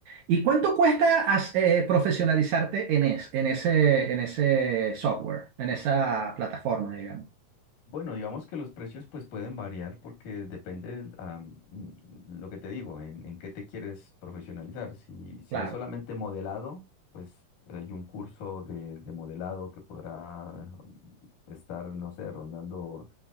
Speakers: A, on the right; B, on the left.
A: ¿Y cuánto cuesta as- eh, profesionalizarte en, es, en ese, en ese software, en esa plataforma, digamos?
B: Bueno, digamos que los precios pues pueden variar porque depende, am, mm, lo que te digo, en, en qué te quieres profesionalizar. Si, si
A: Claro,
B: es solamente modelado, pues hay un curso de, de modelado que podrá estar, no sé, rondando